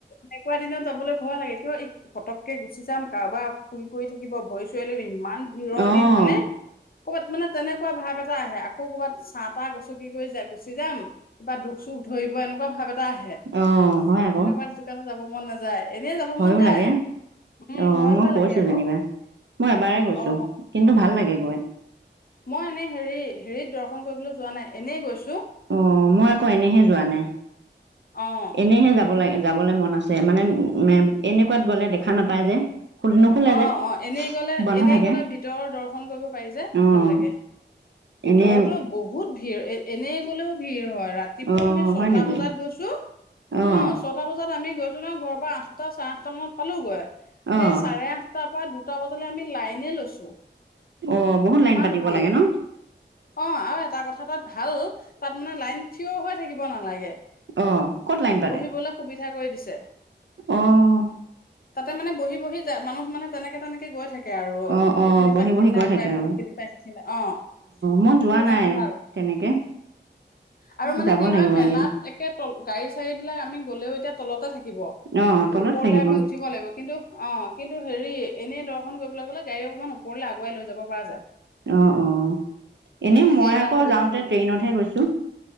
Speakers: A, on the left; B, on the right.
A: এনেকুৱা দিনত যাবলৈ ভয় লাগে। কিয়, এই পতকেই গুচি যাম কাৰোবাৰ শুই কৰি থাকিব। ভৰি চৰি লাগিব ভিৰৰ
B: অঁ
A: দিন, হয়নে? ক'ৰবাত, মানে, তেনেকুৱা ভাৱ এটা আহে। আকৌ, ক'ৰবাত চা-তা গচকি কৰি গৈ গুচি যাম। কিবা দুখ-চুখ ধৰিব, এনেকুৱা ভাৱ এটা টা আহে,
B: অঁ হয় আকৌ
A: এনেকুৱা যোকান যাব মন নাযায় এনেই যাব
B: ভয়ো
A: মন যায়
B: লাগে।
A: উম
B: অ',
A: ভয়
B: মই
A: ভয়
B: গৈছোঁ,
A: লাগে আকৌ
B: যেনিবা। মই এবাৰে গৈ
A: অ
B: কিন্তু ভাল লাগে গৈ
A: মই এনে, হেৰি, হেৰিত দৰ্শন কৰিবলৈ যোৱা নাই। এনেই গৈছোঁ
B: অ', মই আকৌ এনেহে যোৱা নাই।
A: অ'।
B: এনেহে যাব লাগে। যাবলৈ মন আছে, মানে এনেকুৱাত গ'লে, দেখা নাপায় যে খোল নোখোলে
A: অ',
B: যে
A: অ'। এনেই গ'লে,
B: বন্ধ
A: এনেই
B: থাকে
A: গ'লে, ভিতৰৰ দৰ্শন কৰিব পাৰি যে।
B: অঁ
A: ভাল লাগে। ভিতৰতো
B: এনে
A: বহুত ভিৰ। এ, এনেই গ'লেও, ভিৰ হয়। ৰাতিপুৱা
B: অঁ
A: আমি ছটা
B: হয় নেকি
A: বজাত গৈছোঁ।
B: অঁ
A: অ', ছটা বজাত আমি কৈছোঁ, নহয়। ঘৰৰ পৰা, আঠটা-চাৰে আঠটা মানত পালোঁ গৈ সেই
B: অঁ
A: চাৰে আঠটাৰ পৰা দুটা বজালৈ, আমি লাইনে লৈছোঁ।
B: অঁ বহুত
A: ইমান
B: লাইন পাতিব
A: ভিৰ
B: লাগে ন
A: অ', আৰু এটা কথা তাত ভাল। তাত, মানে, লাইন, থিয় হৈ থাকিব নালাগে
B: অঁ ক'ত লাইন পাতে
A: বহিবলৈ সুবিধা কৰি দিছে।
B: অঁ
A: তাতে, মানে, বহি-বহি মানুহ, মানে, তেনেকে-তেনেকে গৈ থাকে আৰু অ
B: অঁ অঁ
A: এইখিনি
B: বহি
A: পাই সেইখিনিলে
B: বহি গৈ
A: আগুৱাই
B: থাকে
A: গল
B: আৰু
A: সেইখিনি পাই সেইখিনিলে অ
B: মই যোৱা
A: সেইটো কাৰণে
B: নাই
A: ভাল
B: তেনেকে
A: আৰু মানে
B: যাব
A: কি
B: লাগিব
A: হয় মেলাত
B: এদিন
A: একে ত গাড়ী চাড়ী বিলাক আমি গলেও এতিয়া তলতে থাক কিব
B: অ তলত
A: ওপৰলে
B: থাকিব
A: আমি উঠিব লাগিব কিন্তু, অঁ। কিন্তু হেৰি এনেই দৰ্শন কৰিবলৈ গ'লে গাড়ী অকণমান ওপৰলে আগুৱাই লৈ যাব পৰা যায়।
B: অ অ এনে
A: সেই
B: মই
A: এটা
B: আকৌ
A: সুবিধা
B: যাওঁতে
A: হয়
B: ট্ৰেইনতহে গৈছো,